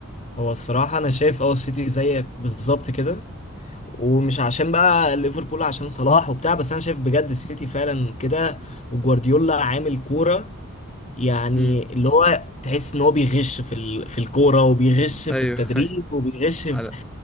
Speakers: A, on the left; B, in the centre.
A: هو الصراحة أنا شايف أه السيتي زيك بالظبط كده ومش عشان بقى ليفربول عشان صلاح وبتاع بس انا شايف بجد السيتي فعلا كده وجوارديولا عامل كورة يعني
B: امم
A: اللي هو تحس ان هو بيغش في ال... في الكورة وبيغش في
B: ايوه
A: التدريب
B: <laughs> ايوه
A: وبيغش في
B: على